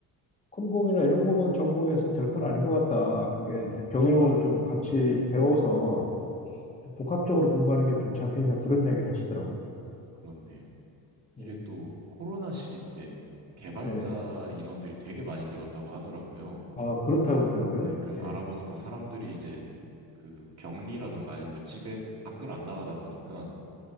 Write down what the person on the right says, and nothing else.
음,
그렇네요.
이게 또 코로나 시기 때 개발자
인원들이 되게 많이 늘었다고 하더라고요.
네, 그래서
알아보니까 사람들이 이제 그 격리라던가 아니면 뭐 집에 밖을 안 나가다 보니까